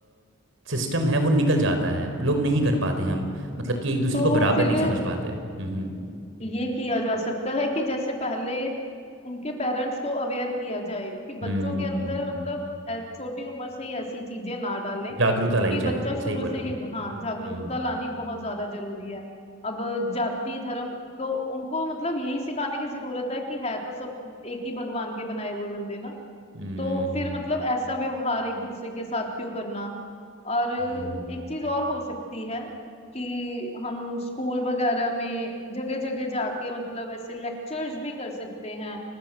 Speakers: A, on the right; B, on the left.
A: सिस्टम है वो निकल जाता है लोग नहीं कर पाते हैं मतलब कि एक दूसरे
B: तो
A: को बराबर
B: फिर
A: नहीं समझ पाते हम्म
B: ये किया जा सकता है कि जैसे पहले उनके पेरेंट्स को अवेयर किया जाए कि बच्चों
A: हम्म
B: के अंदर मतलब ऐ- छोटी उम्र से ही ऐसी चीजें ना डालें
A: जागरूकता लाई
B: कि
A: जाए
B: बच्चा शुरू
A: सही बोला
B: से ही हाँ
A: हम्म
B: जागरूकता लानी बहुत ज्यादा जरूरी है अब जाति धर्म को उनको मतलब यही सिखाने की जरूरत है कि है तो सब एक ही भगवान के बनाए हुए बंदे ना
A: हम्म
B: तो फिर मतलब ऐसा व्यवहार एक दूसरे के साथ क्यों करना और एक
A: हम्म,
B: चीज और हो सकती है कि हम स्कूल वगैरह में जगह जगह जाके मतलब ऐसे लेक्चर्स भी कर सकते हैं